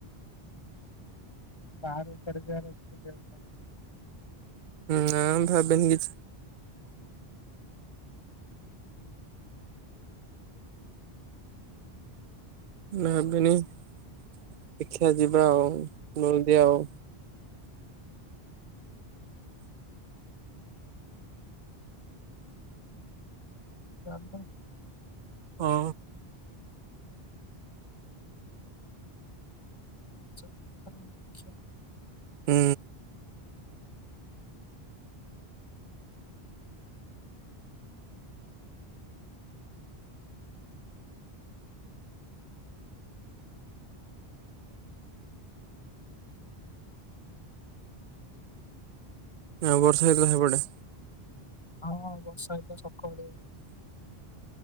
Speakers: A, on the left (about 25°); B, on the right (about 60°).
A: <unintelligible>
B: ନା ଭାବିନି କିଛି। ମୁଁ ଭାବିନି ଦେଖା ଯିବା ଆଉ ଯଲଦି ଆଉ।
A: ଚାଲ।
B: ହଁ।
A: <unintelligible>
B: ହୁଁ। ଆଉ ବର୍ଷା ହେଇଥିଲା ସେପଟେ?
A: ହଁ ବର୍ଷା ହେଇଥିଲା ସକାଳୁ